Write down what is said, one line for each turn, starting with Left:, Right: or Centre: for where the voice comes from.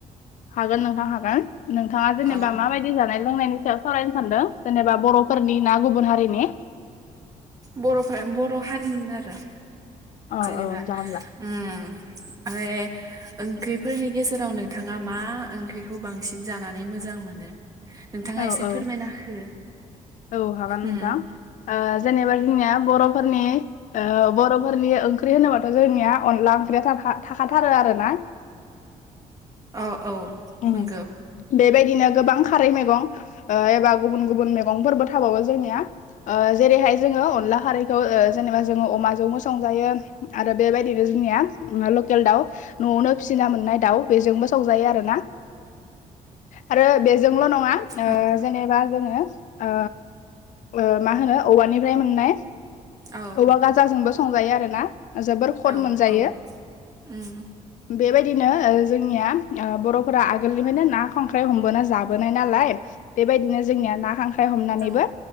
Left: हागोन नोंथां हागोन नोंथाङा जेनेबा
Right: औ
Left: माबायदि जानाय लोंनायनि सायाव सावरायनो सानदों? जेनेबा बर'फोरनि ना गुबुन हारिनि
Right: बर'फोरा बर' हारिनिनो आरो
Left: औ
Right: जेनेबा
Left: औ जागोन दा
Right: उम माने ओंख्रिफोरनि गेजेराव नोंथाङा मा ओंख्रिखौ बांसिन जानानै नानै मोजा मोनो नोंथाङा
Left: औ
Right: एसे
Left: औ
Right: फोरमायना हो।
Left: औ हागोन नोंथां
Right: उम
Left: ओ जेनेबा जोंनिया बर'फोरनि ओ बर'फोरनि ओंख्रि होनोबाथ' जोंनिया अनला ओंख्रिया थाखाय थाखाथारो आरो। आरो ना
Right: औ औ
Left: उम
Right: नंगौ।
Left: बेबायदिनो गोबां खारै मैगं एबा गुबुन गुबुन मैगंफोरबो थाबावो जोंनिया ओ जेरैहाय जोङो अनला खारैखौ ओ जेनेबा जोङो अमाजोंबो सं जायो आरो बेबायदिनो जोंनिया लकेल दाउ न'आवनो फिसि मोननाय दाउ बेजोंबो सं जायो आरो ना आरो बेजोंल' नङा ओ
Right: औ
Left: जेनेबा जोङो। ओ ओ मा होनो औवानिफ्राय मोननाय
Right: औ
Left: औवा गाजाजोंबो संजायो आरोना जोबोर खद
Right: औ
Left: मोनजायो।
Right: औ उम
Left: बेबायदिनो जोंनिया बर'फोरा आगोलनिफ्रायनो ना खांख्राइ हमबोना जाबोनाय नालाय। बेबायदिनो जोंनिया ना खांख्राइ हमनानैबो
Right: औ